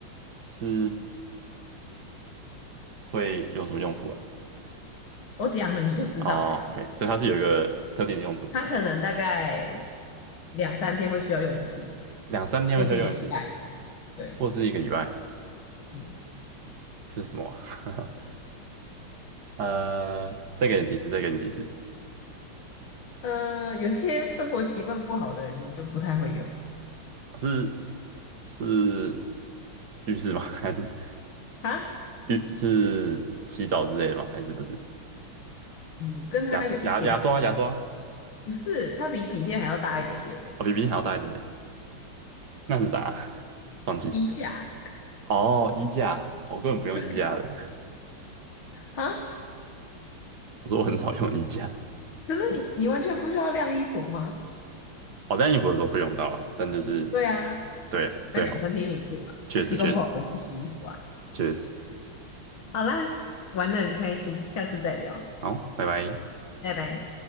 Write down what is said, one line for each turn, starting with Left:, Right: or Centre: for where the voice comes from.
Right: 是会有什么用途啦？
Left: 我讲了你就知道嘞，
Right: 哦，OK，所以它是有一个特定的用途，
Left: 它可能大概两三天会需要用一次，
Right: 两三天会需要用一次，
Left: 或是一个礼拜。对，
Right: 或是一个礼拜，
Left: 嗯。
Right: 这是什么啊？<laughs> 呃，再给你提示，再给你提示，
Left: 呃，有些生活习惯不好的人就不太会用
Right: 是是浴室吗？<laughs> 还是
Left: 啊。
Right: 浴是洗澡之类的吗？还是不是？
Left: 嗯，跟他有一点点，
Right: 牙牙牙刷牙刷，
Left: 不是，它比笔电还要大一点点诶，
Right: 哦，比冰箱还要大一点点，那是啥？<laughs> 忘记
Left: 衣架。
Right: 哦，衣架，哦我根本不用衣架的，
Left: 对啊，
Right: <laughs> 我说我很少用衣架，
Left: 可是你你完全不需要晾衣服吗？
Right: 我、哦晾衣服的时候会用到啊，但就是
Left: 对啊，
Right: 对对，
Left: 那两三天用一次吧。
Right: 好，确实确实
Left: 啊，习惯不好的人不洗衣服啊。
Right: 确实。
Left: 好啦，玩的很开心，下次再聊，
Right: 好，拜拜。
Left: 拜拜。